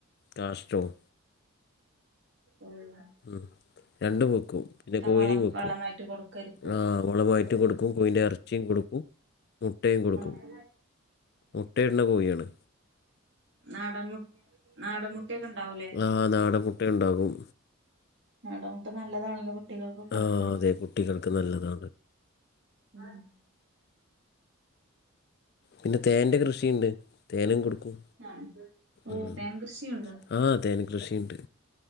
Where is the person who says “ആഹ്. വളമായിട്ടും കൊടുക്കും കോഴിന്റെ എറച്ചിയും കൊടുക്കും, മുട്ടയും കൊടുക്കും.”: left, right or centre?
Left